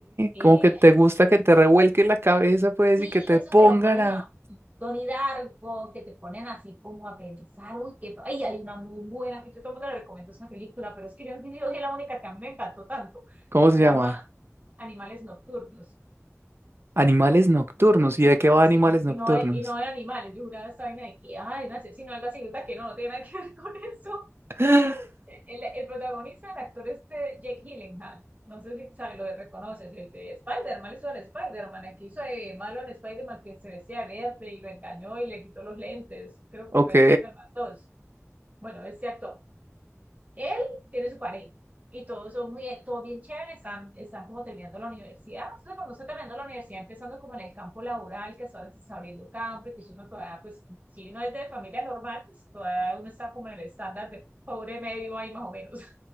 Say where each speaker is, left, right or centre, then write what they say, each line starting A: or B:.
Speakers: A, on the right (about 30°); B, on the right (about 50°).
A: eh,
B: Como que te
A: ay,
B: gusta que te revuelque la cabeza, pues,
A: sí,
B: y que te
A: eso
B: pongan
A: que lo ponen
B: a,
A: a Tony Darko, que te ponen así como a pensar, uy, que, ay, hay una muy buena, que yo todo el mundo le recomiendo esa película, pero es que yo, yo es la única que a mí me encantó tanto,
B: ¿cómo se
A: se
B: llama?
A: llama Animales Nocturnos.
B: Animales nocturnos.
A: nocturno,
B: ¿Y de qué va
A: sí.
B: Animales Nocturnos?
A: Y no de, y no de animales. Yo juraba esa vaina de que, ay, un asesino, algo así. Resulta que no, no tiene nada que <laughs> ver con eso.
B: <gasps> <laughs>
A: El, el protagonista, el actor este, Jake Gyllenhaal. No sé si sabes, lo reconoces, el de Spider-Man, eso era Spider-Man, el que hizo de malo en Spider-Man que se decía verde y lo engañó y le quitó los lentes. Creo que
B: Ok.
A: fue Spider-Man 2. Bueno, ese actor. Él tiene su pareja y todos son muy, todo bien chévere, están, están como terminando la universidad. Entonces, cuando está terminando la universidad, empezando como en el campo laboral, que ahora se está abriendo campo y que uno todavía, pues, si uno es de familia normal, pues todavía uno está como en el estándar de pobre medio ahí más o menos.